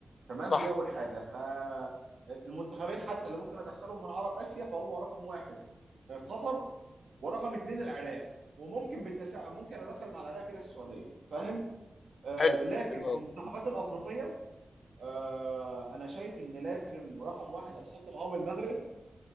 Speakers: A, on the right; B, on the left.
A: تمام
B: صح
A: دي اول حاجه فالمنتخبين حتى اللي ممكن ادخلهم من عرب اسيا فهم رقم واحد آه، قطر ورقم اثنين العراق وممكن بالتساؤل ممكن ادخل مع العراق كده السعوديه فاهم آه
B: حلو
A: لكن
B: حلو
A: في
B: قوي
A: المنتخبات الافريقيه آه انا شايف ان لازم رقم واحد هتحط معاهم المغرب